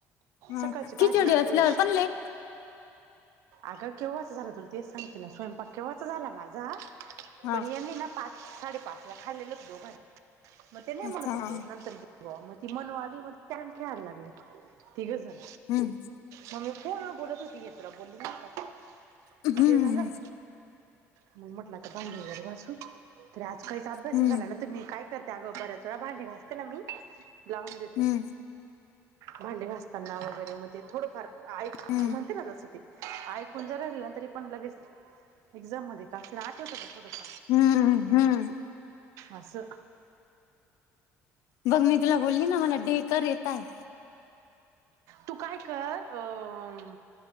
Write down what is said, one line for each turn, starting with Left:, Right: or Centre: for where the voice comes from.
Left: ह
Right: सकाळची भाजी
Left: खिचडी
Right: होती
Left: असल्यावर
Right: थोडीशी.
Left: पण लेट
Right: अगं, केव्हाच झालं तुला तेच सांगतीना स्वयंपाक केंव्हाच झाला माझा.
Left: हा
Right: पण यांनी ना पाच साडेपाच ला खाल्लेलंच दोघांनी. मग ते नाही
Left: अच्छा
Right: म्हणत होते
Left: हा
Right: नंतर जेव्हा मग ती मनु आली मग कॅरम खेळायला लागले. तिघेजण
Left: हम्म
Right: मग मी फोनवर बोलते होती, हे तुला बोलले नाही का?
Left: हम्म
Right: ते झालं. मग म्हटलं आता भांडे वगैरे घासू तरी आज काहीच अभ्यास
Left: हम्म
Right: नाही झाला ना तर मी का करते. त्या बरस वेळा भांडी घासते ना मी तर लावून देते.
Left: हम्म
Right: भांडे घासताना वगैरे म थोडंफार ऐक
Left: हम्म
Right: म्हणते ना जसं ते ऐकून ज राहिलं. त्या तरी पण लगेच एक्झाम मध्ये असे ना आठवत होत थोडस..
Left: हम्म, हम्म..
Right: अस..
Left: बघ मी तुला बोलली ना मला डेकर येत आहे.
Right: तू काय कर अ